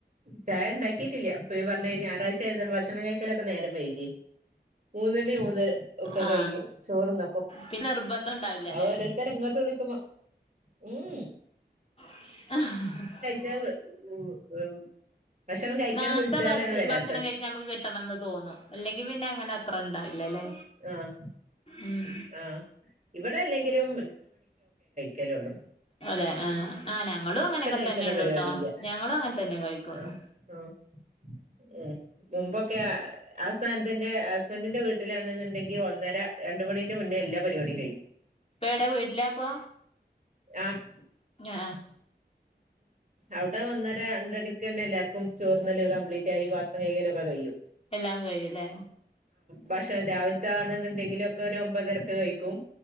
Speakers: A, on the right (about 45°); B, on the left (about 35°).
A: ചായ ഇണ്ടാക്കിട്ടില്ല ഇപ്പോ ഈ പറഞ്ഞ കഴിഞ്ഞ ഞായറാഴ് ചെയ്ത ഭക്ഷണം കഴിക്കലൊക്കെ നേരം വൈകി ഊണിന് മുത് ഒക്കെ
B: ആ
A: കഴിഞ്ഞു ചോറിന്നപ്പോ
B: പിന്നെ നിർബന്ധം ഉണ്ടാവില്ലല്ലേ
A: അവരോരുത്തർങ്ങക്ക് വിളിക്ക മ ഉം
B: ആഹ
A: ചവ് <unintelligible> ഭക്ഷണം കഴിക്കാൻ
B: നാർത്തെ
A: വിളിച്ചാലാണ്
B: ഭസ്
A: വരാത്ത
B: ഭക്ഷണം കഴിച്ചാ നമുക്ക് കിട്ടണംന്ന് തോന്നും അല്ലെങ്കി പിന്നെ അങ്ങനെ അത്ര ഇണ്ടാവില്ലല്ലേ
A: ആഹ്
B: ഉം
A: ആഹ് ഇവിടെ അല്ലെങ്കിലും കലെള്ളൂ
B: അതെ ആഹ് ആഹ് ഞങ്ങളും അങ്ങനെയൊക്കെ
A: കഴിക്കുന്ന
B: തന്നെ ഒള്ളൂട്ടോ
A: പരിപാടി ഇല്ല
B: ഞങ്ങളും അങ്ങൻ തന്നെ കഴിക്കൊള്ളു
A: ആഹ് ആഹ് ഉം മുമ്പൊക്കെ ആ സ്ഥാനത്തിന്റെ ഹസ്ബൻഡിന്റെ വീട്ടിലാണ് ണ്ടെങ്കി ഒന്നര രണ്ട് മണിന്റെ മുന്നേ എല്ലാ പരിപാട്
B: ഇപ്പ ഏടെ വീട്ടിലാപ്പൊ
A: ആഹ്
B: ആഹ്
A: അവിടെ ഒന്നര രണ്ടനി ക്കെന്നെ എല്ലാർക്കും ചോറ്ന്നല് കംപ്ലീറ്റ് ആയി പാത്രം കൈക ലൊക്കെ കഴിയും
B: എല്ലാം കഴിയുംല്ലേ
A: ഭക്ഷ രാവില്ത്താണ് ന്ന്ണ്ടെങ്കിലൊ ക്കെ ഒരു ഒമ്പതരക്ക് കഴിക്കും